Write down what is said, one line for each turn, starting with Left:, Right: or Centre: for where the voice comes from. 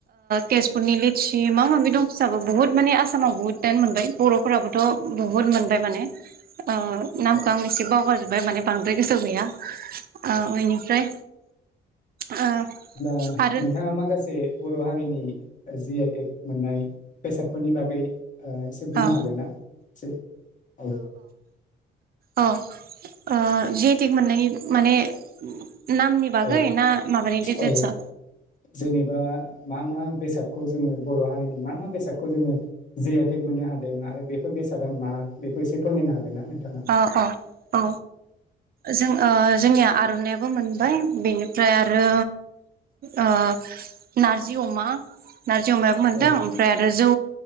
Right: तेजपुरनि लिचि माबा माबि दं फिसाबो बुहुत मानानि आसामाव बुहुद दा मोनबाय बर'फोराबोथ' बुहुत मोनबाय माने अ नामखौ
Left: औ
Right: एसे बावगारजोब <unintelligible> माने बांद्राय गोसोआव गैया। औ एनिफ्राय ओ।
Left: ओ नोंथाङा
Right: आरो
Left: माखासे बर' हारिनि जि आइटेक मोननाय बेसादफोरनि बागै। ओ एसे बुंनो
Right: औ
Left: हागोन ना एसे औ।
Right: औ ओ जिहेतिक मोननाय माने। नामनि बागै
Left: औ
Right: ना माबानि डिटेल्सआ
Left: औ जेनेबा मा मा बेसादखौ जोङो बर हारिनि मा मा बेसादखौ जोङो जि आइ टेक मोननो हादों आरो बेफोर बेसादा मा बेखौ एसे फोरमायनो हागोन ना नोंथाङा
Right: औ अ औ जों ओ-जोंनिया आरनायाबो मोनबाय बेनि फ्राय आरो ओ नारजि अमा नारजि अमायाबो मोन्दों
Left: औ
Right: ओमफ्राय आरो जौ